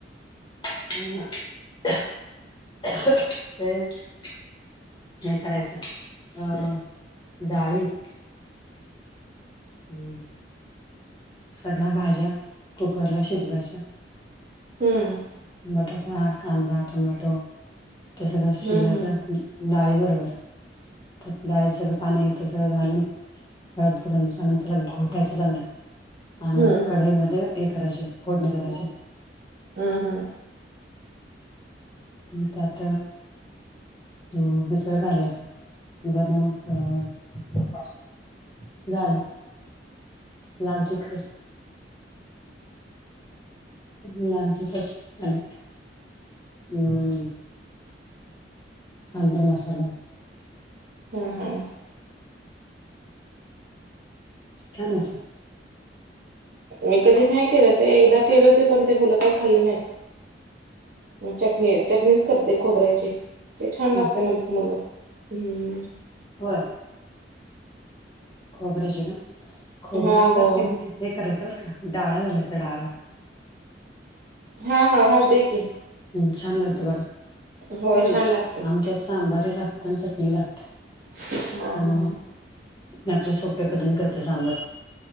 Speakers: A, on the left; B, on the right.
A: <inaudible> हे करायचं अ डाळी हम्म. सगळ्या भाज्या कुकरला शिजवायच्या
B: हम्म
A: बटाटा कांदा टमॅटो त्या सगळं शिजवायच्
B: हम्म हम्म
A: डाळी बरोबर तर डाळी सग पाणी येत सगळं घालून सगळ्यात गरम चांग त्याला घोटायचं चांगलं. आणि
B: हम्म
A: मग कढई मध्ये हे करायचे फोडणी करायची.
B: हा हा.
A: त्यात हम हे सगळं घालायचं <unintelligible> मग अ झालं लाल तिखट लाल तिखट आणि हम्म. सांबर मसाला.
B: हम्म हम्म
A: छान होत.
B: मी कधी नाही केले ते एकदा केले होते पण ते मुल काही खाल्ले नाहीत. चटणी चटणीच करते खोबऱ्याची ते छान लागते
A: ह
B: म्हणतात मुलं. हम.
A: होय. खोबर्याची का खोबऱ्याची
B: हा
A: चटणी
B: हो
A: मध्ये हे करायचं बरं का डाळ घालायचं डाळ.
B: हा हा घालते की.
A: हम्म छान लागतं बघ आता.
B: होय
A: आमच्यात
B: छान लागते
A: सांबार ही लागतं आणि चटणी लागते.
B: हा
A: त्यामुळ
B: हा.
A: मी आपल्या सोप्या पद्धतीनं करते सांबर